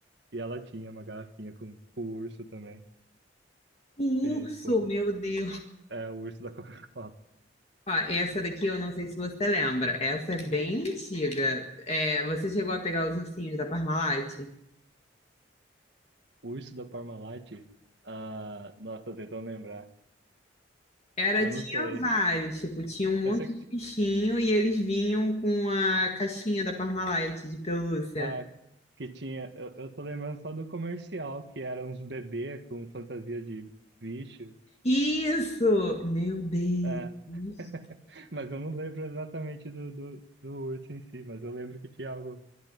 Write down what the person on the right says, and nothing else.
E ela tinha uma garrafinha com, com o urso também.
E,
pô,
é o urso da <laughs> Coca-Cola.
O urso da Parmalat. Ah, nossa, tô tentando lembrar.
Eu
não sei.
Eu sei
que
Ah, que tinha. Eu, eu tô lembrando só do comercial, que era uns bebê com fantasia de bicho.
É, <laughs> mas eu não lembro exatamente do, do, do urso em si, mas eu lembro que tinha algo